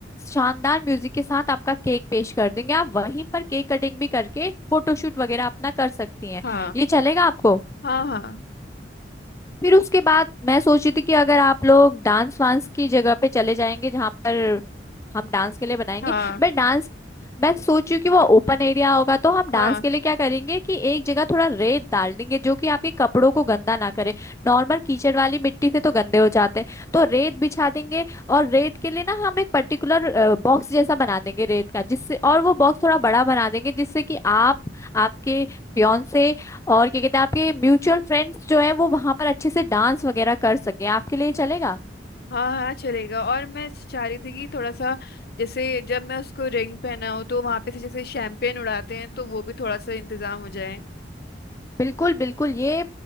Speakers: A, on the left; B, on the left.
A: शानदार म्यूजिक के साथ आपका केक पेश कर देंगे आप वहीं पर केक कटिंग भी करके फोटोशूट वगैरह अपना कर सकती हैं
B: हाँ
A: ये चलेगा आपको
B: हाँ हाँ
A: फिर उसके बाद मैं सोची थी कि अगर आप लोग डांस वांस की जगह पे चले जाएंगे जहां पर हम डांस के लिए बनाएंगे
B: हाँ
A: मैं डांस मैं सोचू कि वो ओपन एरिया होगा तो हम डांस
B: हाँ
A: के लिए क्या करेंगे कि एक जगह थोड़ा रेत डाल देंगे जो कि आपके कपड़ों को गंदा ना करे नॉर्मल कीचड़ वाली मिट्टी से तो गंदे हो जाते हैं तो रेत बिछा देंगे और रेत के लिए ना हम एक पर्टिकुलर बॉक्स जैसा बना देंगे रेत का जिससे और वो बॉक्स थोड़ा बड़ा बना देंगे जिससे कि आप आपके फियांसे और क्या कहते हैं आपके म्यूचुअल फ्रेंड्स जो है वो वहां पर अच्छे से डांस वगैरह कर सके आपके लिए चलेगा
B: हाँ हाँ चलेगा और मैं चाह रही थी कि थोड़ा सा जैसे जब मैं उसको रिंग पहनाऊँ तो वहां पे से जैसे शैम्पेन उड़ाते हैं तो वो भी थोड़ा सा इंतजाम हो जाए
A: बिल्कुल बिल्कुल ये